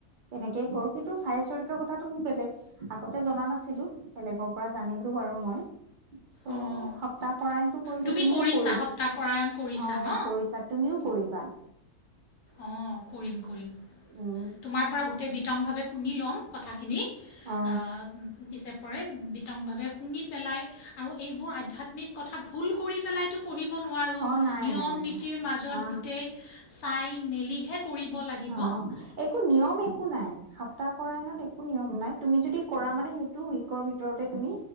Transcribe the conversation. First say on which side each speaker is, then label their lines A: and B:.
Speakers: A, on the right (about 85°); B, on the left (about 75°).
A: তেনেকেই কৰো কিন্তু চাই চৰিত্ৰৰ কথাটো মোক বেলেগ আগতে জনা নাছিলো, বেলেগৰ পৰা জানিলো। দু বাৰু মই, ত
B: অঁ
A: সপ্তাহ পৰাই মই ত কৰিলো
B: তুমি
A: তুমিও
B: কৰিছা
A: কৰি,
B: সপ্তাহপৰায়ণ কৰিছা
A: অ
B: ন
A: কৰিছা তুমিও কৰিবা।
B: অঁ কৰিম কৰিম।
A: উম,
B: তোমাৰ পৰা গোটেই বিতংভাৱে শুনি ল'ম কথাখিনি,
A: অ
B: আ পিছে পৰে বিতংভাৱে শুনি পেলাই আৰু এইবোৰ আধ্যাত্মিক কথা ভুল কৰি পেলাইতো পঢ়িব কৰিব নোৱাৰো,
A: অ নাই
B: নিয়ম
A: নাই
B: -নীতিৰ
A: নাই
B: মাজত
A: অ
B: গোটেই চাই মেলিহে কৰিব লাগিব
A: অ একো নিয়ম একো নাই, সপ্তাহ কৰাত একো নিয়ম নাই, তুমি যদি কৰা মানে সেইটো উইকৰ ভিতৰতে তুমি